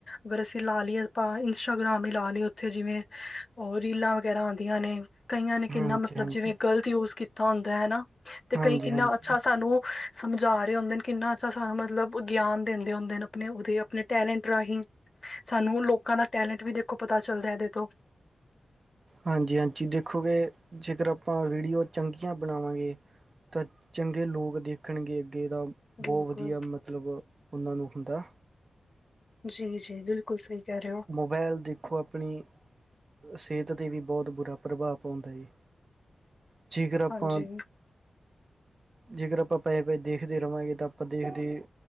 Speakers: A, on the left; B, on the right.
A: ਅਗਰ ਅਸੀਂ ਲਾ ਲਈਏ, ਆਪਾਂ ਇੰਸਟਾਗ੍ਰਾਮ ਹੀ ਲਾ ਲੀਏ ਉੱਥੇ ਜਿਵੇਂ ਉਹ ਰੀਲਾਂ ਵਗੈਰਾ ਆਉਂਦੀਆਂ ਨੇ, ਕਈਆਂ ਨੇ ਕਿੰਨਾ
B: ਹਾਂਜੀ
A: ਮਤਲਬ
B: ਹਾਂਜੀ
A: ਜਿਵੇਂ ਗ਼ਲਤ ਯੂਜ ਕੀਤਾ ਹੁੰਦਾ ਹੈਨਾ। ਤੇ
B: ਹਾਂਜੀ
A: ਕਈ, ਕਿੰਨਾ
B: ਹਾਂਜੀ
A: ਅੱਛਾ ਸਾਨੂੰ ਸਮਝਾ ਰਹੇ ਹੁੰਦੇਨ, ਕਿੰਨਾ ਸਾਨੂੰ ਮਤਲਬ ਗਿਆਨ ਦਿੰਦੇ ਹੁੰਦੇ, ਆਪਣੇ, ਉਹਦੇ ਆਪਣੇ ਟੈਲੈਂਟ ਰਾਹੀਂ। ਸਾਨੂੰ ਲੋਕਾਂ ਦਾ ਟੈਲੈਂਟ ਵੀ ਦੇਖੋ ਪਤਾ ਚੱਲਦਾ ਇਹਦੇ ਤੋਂ
B: ਹਾਂਜੀ ਹਾਂਜੀ ਦੇਖੋਗੇ ਜੇਕਰ ਆਪਾਂ ਵੀਡੀਓ ਚੰਗੀਆਂ ਬਣਾਵਾਂਗੇ ਤਾਂ ਚੰਗੇ ਲੋਕ ਦੇਖਣਗੇ ਅੱਗੇ ਤਾਂ
A: ਬਿਲਕੁਲ
B: ਬਹੁਤ ਵਧੀਆ ਮਤਲਬ ਉਹਨਾਂ ਨੂੰ ਹੁੰਦਾ
A: ਜੀ-ਜੀ ਬਿਲਕੁਲ ਸਹੀ ਕਹਿ ਰਹੇ ਹੋ।
B: ਮਬੈਲ ਦੇਖੋ ਆਪਣੀ ਸਿਹਤ ਤੇ ਵੀ ਬਹੁਤ ਬੁਰਾ ਪ੍ਰਭਾਵ ਪਾਉਂਦਾ ਏ, ਜੇਕਰ ਆਪਾਂ
A: ਹਾਂਜੀ,
B: ਜੇਕਰ ਆਪਾਂ ਪਏ-ਪਏ ਦੇਖਦੇ ਰਹਾਂਗੇ, ਤਾਂ ਆਪਾਂ ਦੇਖਦੇ